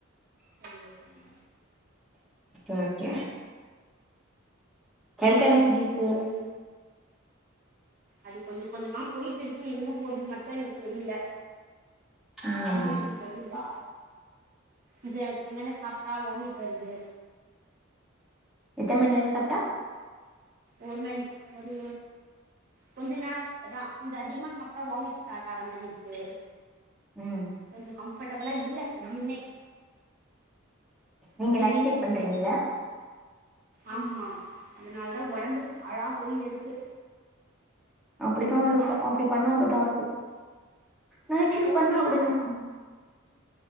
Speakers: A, on the right; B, in the centre.
A: சொல்லிர்காங்க
B: ஓகே ஹெல்த் எல்லா எப்டி இருக்கு
A: ம் அது கொஞ்ச கொஞ்சமா போய்ட்டு இருக்கு எங்க போதுன் மட்டு எனக் தெரியில
B: ம்
A: சாப்ட முடியல இல்லிங்ளா ஞ்சத்து மேல சாப்ட்டா வாமிட் வருது
B: எத்தன் மணிலந்து சாப்ட்டா
A: ஒரு மணி ஒரு கொஞ்ச நாள் அதா கொஞ்சோ அதிகமா சாப்ட்டா வாமிட் ஸ்டார்ட் ஆற மரி இருக்கு
B: உம்
A: கொஞ்சோ கம்ஃபெட்டபலா இல்ல இதுயுமே
B: நீங்க
A: இந்த மாரி
B: நைட்
A: பிவிஸ்சு
B: ஷிஃப்ட் பண்றீங்கள
A: ஆமா அதனால தா ஒடம்பு பாழா போயின் நிறுத்து
B: அப்டித்தா இருக்கும் அப்டி பண்ணா அப்டித்தா இருக்கும் நைட்ஷிப்
A: ஆனா ஓகே
B: பண்ண அப்டிதா
A: தான்
B: இருக்கு